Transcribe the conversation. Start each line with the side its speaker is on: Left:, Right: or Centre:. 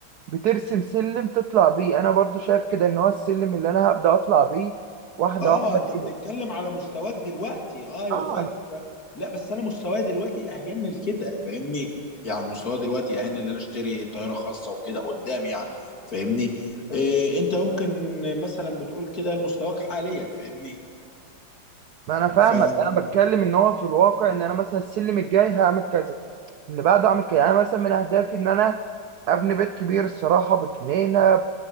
Right: بترسم سلم تطلع بيه انا برضو شايف كده ان هو السلم اللي انا هبدا اطلع بيه واحده
Left: اه
Right: واحده
Left: انت بتتكلم
Right: كده
Left: على مستواك دلوقتي آه، ايوه
Right: اه
Left: فاهمك
Right: انا
Left: ف... لا بس انا مستواي دلوقتي اهن لكده فاهمني يعني مستواي دلوقتي اهن ان انا اشتري طياره خاصه وكده قدام يعني فاهمني إيه انت ممكن مثلا بتقول كده لمستواك حاليا فاهمني
Right: ما انا فاهمك
Left: ف
Right: انا بتكلم ان هو في الواقع ان انا مثلا السلم الجاي هعمل كذا اللي بعده اعمل كده يعني أنا مثلا من اهدافي ان انا ابني بيت كبير الصراحه بجنينه